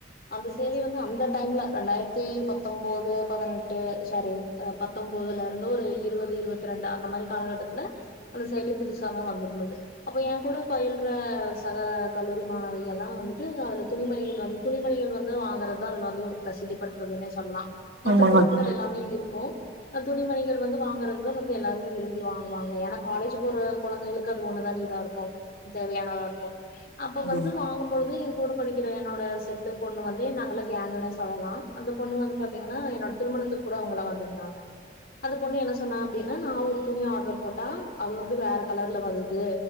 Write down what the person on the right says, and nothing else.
ஆமாங்க
தோழி
ஆமாங்க